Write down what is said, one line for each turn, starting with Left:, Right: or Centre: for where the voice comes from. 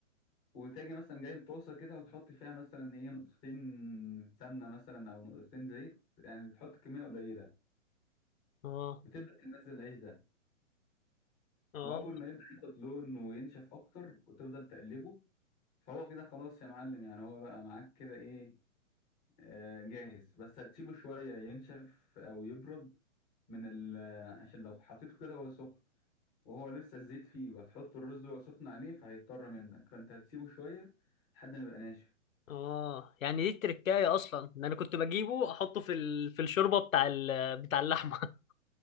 Centre: وتاجي مثلا جايب طاسة كده وتحط فيها مثلا ايه نقطتين سمنة مثلا أو نقطتين زيت يعني تحط كمية قليلة
Left: اه
Centre: وتبدأ تنزل العيش ده
Left: اه
Centre: وأول ما يبدأ ياخد لون وينشف أكتر وتفضل تقلبه فهو كده خلاص يا معلم يعني هو بقى معاك كده ايه آه، جاهز بس هتسيبه شوية ينشف أو يبرد من ال آه، عشان لو حطيته كده وهو سخن وهو لسه الزيت فيه وهتحط الرز وهو سخن عليه فهيضطر منك فأنت هتسيبه شوية لحد ما يبقى ناشف
Left: اه يعني دي التركايه اصلا ده انا كنت بجيبه احطه في ال... في الشوربه بتاع ال... بتاع اللحمه <laughs>